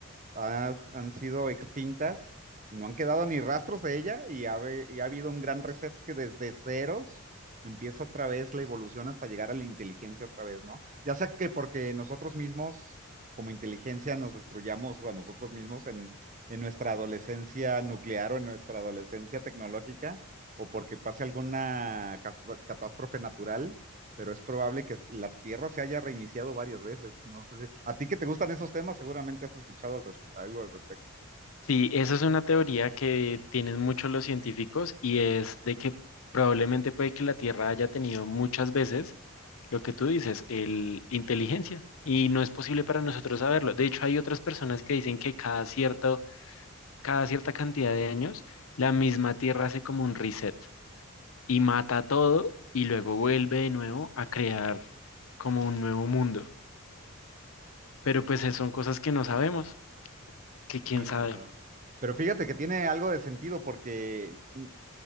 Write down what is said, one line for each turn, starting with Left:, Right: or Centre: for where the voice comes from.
Right: has- han sido extintas y no han quedado ni rastros de ella y ha, ve- y ha habido un gran reset que desde ceros empieza otra vez la evolución hasta llegar a la inteligencia otra vez, ¿no? Ya sea que porque nosotros mismos, como inteligencia, nos destruyamos a nosotros mismos en, en nuestra adolescencia nuclear o en nuestra adolescencia tecnológica, o porque pase alguna cas- catástrofe natural pero es probable que la Tierra se haya reiniciado varias veces. No sé si- a ti que te gustan esos temas, seguramente has escuchado al res- algo al respecto.
Left: Sí, esa es una teoría que tienen muchos los científicos y es de que probablemente puede que la Tierra haya tenido muchas veces lo que tú dices, el inteligencia. Y no es posible para nosotros saberlo. De hecho, hay otras personas que dicen que cada cierta cada cierta cantidad de años, la misma Tierra hace como un reset y mata todo y luego vuelve de nuevo a crear como un nuevo mundo. Pero pues es- son cosas que no sabemos, que quién
Right: Sí,
Left: sabe.
Right: ah, claro. Pero fíjate que tiene algo de sentido porque mm,